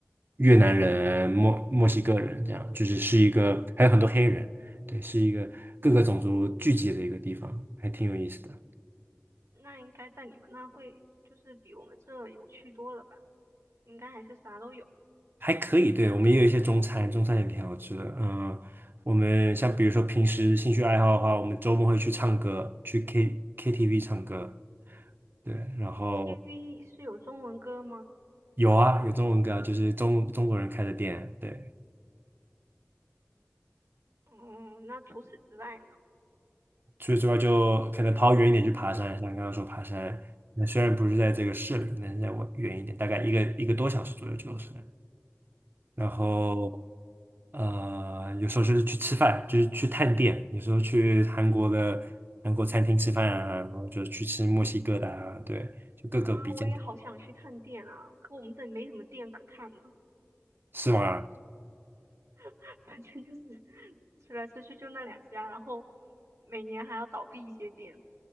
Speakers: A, on the right; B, on the right.
A: 越南人、墨墨西哥人，这样就是是一个，还有很多黑人，对，是一个各个种族聚集的一个地方，还挺有意思的，
B: 那应该在你们那会就是比我们这有趣多了吧？应该还是啥都有。
A: 还可以。对，我们也有一些中餐，中餐也挺好吃的。嗯，我们像比如说平时兴趣爱好的话，我们周末会去唱歌，去 K KTV 唱歌。对，然后
B: KTV 是有中文歌吗？
A: 有啊，有中文歌，就是中中国人开的店，对。
B: 哦、那除此之外呢？
A: 除此之外，就可能跑远一点去爬山，像刚刚说爬山，那虽然不是在这个市里，但是在我远一点，大概一个一个多小时左右就是。然后，
B: 哦、
A: 呃，有时候就是去吃饭，就是去探店，有时候去韩国的韩国餐厅吃饭啊，然后就去吃墨西哥的啊，对，就各个比较，
B: 啊，我也好想去探店啊，可我们这里没什么店可探呢。
A: 是吗？
B: <laughs> 反正就是吃来吃去就那两家，然后每年还要倒闭一些店。